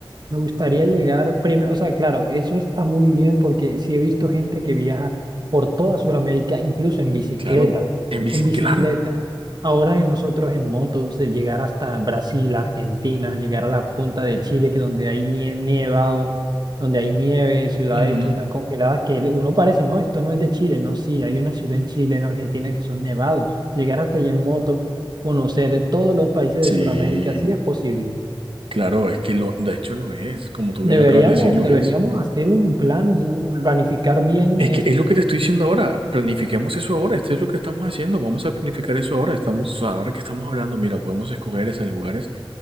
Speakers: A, on the right; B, on the right.
A: me gustaría llegar primero, o sea, claro, eso está muy bien porque sí he visto gente que viaja por toda Sudamérica, incluso en bicicleta,
B: Claro. En bici,
A: en bicicleta.
B: claro.
A: Ahora en nosotros en motos, de llegar hasta Brasil, Argentina, llegar a la punta de Chile, que donde hay nie- nievado, donde hay nieve, ciudades
B: Ujú.
A: que están congeladas, que uno parece, no, esto no es de Chile, no, sí, hay una ciudad en Chile, en Argentina, que son nevados. Llegar hasta allí en moto conocer todos los países
B: Sí,
A: de Sudamérica, si es posible.
B: claro, es que lo, de hecho lo es. Como tú
A: Deberíamos,
B: bien lo acabas de decir, lo
A: deberíamos
B: es.
A: hacer un plan, un- planificar bien
B: Es
A: esto.
B: que es lo que te estoy diciendo ahora. Planifiquemos eso ahora. Esto es lo que estamos haciendo. Vamos a planificar eso ahora. Estamos, ahora que estamos hablando, mira, podemos escoger esos lugares.